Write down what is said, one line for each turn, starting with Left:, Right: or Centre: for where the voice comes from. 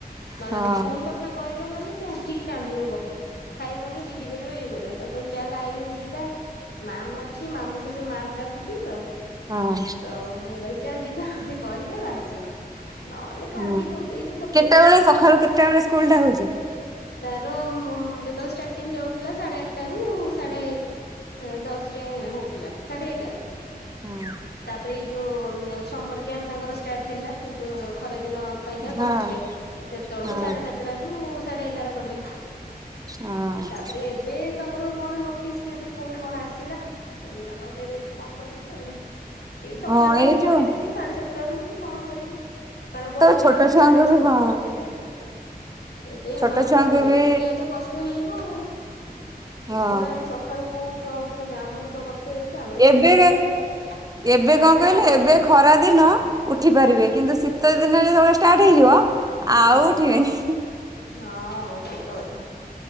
Left: ନହେଲେ
Right: ହଁ
Left: ଯଦି ସ୍କୁଲ କଥା କହିଲ ମାନେ ସେ ଉଠିକି କାନ୍ଦିବ ବହେ। ଖାଇବନି ଜିଦି କରିବ ଇଏ କରିବ, ତାକୁ କହିବି ଚାଲେ ଆଇ ଘରକୁ ଯିବା। ମ୍ୟାମ ଅଛି, ମାମୁକୁ ସେ ମ୍ୟାମ ଡା ରଖୁଛି ତ,
Right: ହଁ
Left: ତ ମୁଁ କହିଲି ଚାଲ ଯିବା, ସେ କହିଲେ ବାହାରିବ। ନହେଲେ କାନ୍ଦି
Right: ହୁଁ।
Left: ବୋବେଇକି ଫଟୋ
Right: କେତେବେଳେ
Left: ଉଠେ
Right: ସକାଳୁ କେତେ ବେଳେ ସ୍କୁଲ ଟା ହଉଛି?
Left: ତାର ଯେତେ ବେଳେ ଷ୍ଟାର୍ଟିଂ ଯାଉଥିଲା, ସାଢେ ଆଠଟା ରୁ ସାଢେ ହ ଦଶ ଯାଏଁ ହଉଥିଲା। ସାଢେ ଏଗାର
Right: ହଁ
Left: ତାପରେ ଏଇ ଯୋଉ, ସମର କ୍ୟାମ୍ପ ତାଙ୍କର ଷ୍ଟାର୍ଟ ହେଲା। ଏଇ ଯୋଉ ଖରା ଦିନ ପାଇଁକା
Right: ହଁ
Left: କରିଥିଲେ, ସେତେବେଳକୁ
Right: ହଁ
Left: ସାଢେ ସାତଟା ରୁ ସାଢେ ଏଗାର କଲେ।
Right: ହଁ
Left: ତାପରେ ଏବେ ତାଙ୍କର କଣ ନୋଟିସ୍ ଯଦି ପୁଣି କଣ ଆସିଲା, ପୁଣି ତାଙ୍କର କେବେ ଅଛି କଣ କରିବି ଆଉ। ସେଇ ସକାଳ
Right: ହଁ
Left: ଟାଇମ
Right: ଏଇ
Left: କରିବେ,
Right: ଯୋଉ
Left: ସେଇ ସାଢେ ସାତଟା ରୁ ବି କଣ କରିବେ? କାରଣ ବଡ
Right: ତ ଛୋଟ
Left: ପିଲାଙ୍କର
Right: ଛୁଆଙ୍କୁ
Left: ସାଢେ
Right: ବି
Left: ଛଅ
Right: ହଁ
Left: ରୁ କରୁଥିଲେ। ଏବେ
Right: ଛୋଟ
Left: ଏମାନଙ୍କୁ
Right: ଛୁଆଙ୍କୁ
Left: ଶୋଇକି
Right: ବି
Left: ଉଠିବା ତ କଷ୍ଟ ହେଇଯିବ ଆଉ।
Right: ହଁ
Left: ଉଠୁନାହାନ୍ତି ସକାଳୁ କୋଉ ଛୁଆ ଉଠୁଛନ୍ତି, ଆମକୁ ତ କଷ୍ଟ ହେଇଯାଉଛି ଆମେ ଶୋଇଲା
Right: ଏବେ
Left: ବେଳକୁ ବାରଟା।
Right: ଏବେ
Left: ବଟା
Right: କଣ କହିଲେ
Left: ସାଢ଼େ
Right: ଏବେ
Left: ବଟା।
Right: ଖରା ଦିନ ଉଠି ପାରିବେ, କିନ୍ତୁ ଶୀତ ଦିନ ଯେତେବେଳେ ଷ୍ଟାର୍ଟ ହେଇଯିବ,
Left: ହୁଁ
Right: ଆଉ ଉଠିବେନି।
Left: ହଁ ସତ କଥା।